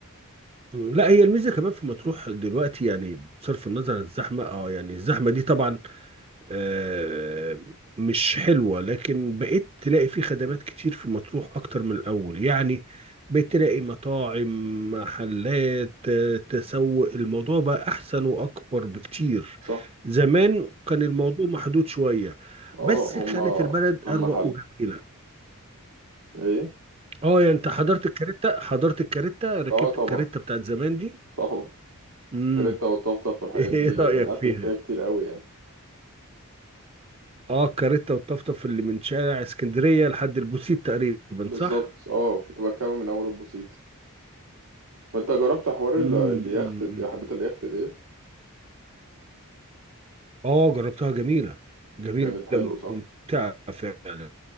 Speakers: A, on the right; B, on the right.
A: آه. لا هي الميزه كمان في مطروح دلوقتي يعني بصرف النظر عن الزحمه اه يعني الزحمه دي طبعا آه، مش حلوة لكن بقيت تلاقي في خدمات كتير في مطروح أكتر من الأول يعني بقيت تلاقي مطاعم محلات آه، تسوق الموضوع بقى أحسن وأكبر بكتير
B: صح
A: زمان كان الموضوع محدود شوية
B: اه
A: بس
B: هما
A: كانت البلد
B: كام
A: أروق
B: محل
A: وجميلة
B: ايه
A: اه يعني انت حضرت الكاريتا حضرت الكاريتا ركبت
B: اه طبعا
A: الكاريتا بتاعت زمان دي
B: طبعا
A: امم
B: تريتا والطفطف
A: <laughs>
B: والحاجات
A: ايه
B: دي
A: رأيك
B: قعدت
A: فيها
B: فيها كتير قوي يعني
A: اه الكاريتا والطفطف اللي من شارع اسكندرية لحد البوسيت تقريبا
B: بالظبط
A: صح
B: اه كنت بركبه من اول البوسيت وانت جربت حوار
A: امم
B: ال- اليخت
A: أمم،
B: دي-
A: أمم.
B: رحلات اليخت ديت
A: اه جربتها جميله جميله
B: كانت حلوه صح
A: ممتعه فعلا